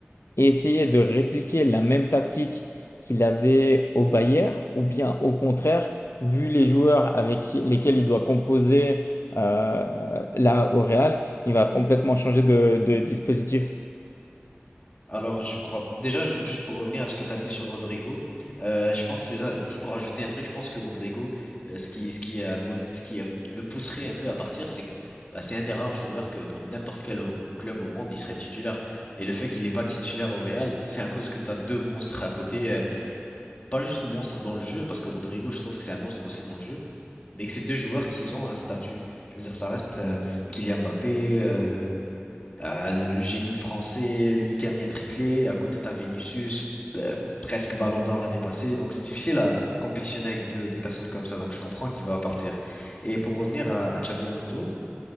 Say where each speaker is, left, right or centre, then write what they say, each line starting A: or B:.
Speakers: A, on the left; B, on the left.
A: essayer de répliquer la même tactique qu'il avait au Bayern, ou bien au contraire, vu les joueurs avec qui- lesquels il doit composer euh, là au Real, il va complètement changer de, de dispositif.
B: Alors, je crois. Déjà, ju- juste pour revenir à ce que tu as dit sur Rodrigo, euh, je pense que c'est ça. Juste pour rajouter un truc, je pense que Rodrigo, euh, ce qui, ce qui, euh, mod- ce qui euh, le pousserait un peu à partir, c'est que bah, c'est un des rares joueurs que dans n'importe quel au- club au monde, il serait titulaire. Et le fait qu'il n'est pas titulaire au Real, c'est à cause que tu as deux monstres à côté. euh, pas juste monstre dans le jeu, parce que Rodrigo, je trouve que c'est un monstre aussi dans le jeu, mais que c'est deux joueurs qui ont un statut. Je veux dire, ça reste euh, Kylian Mbappé, euh, le euh, le, le génie français, lui qui a mis un triplé. À côté, t'as Vinicius, euh, presque Ballon d'Or l'année passée. Donc, c'est difficile à compétitionner avec deux, deux personnes comme ça. Donc, je comprends qu'il va partir. Et pour revenir à, à Xabi Alonso,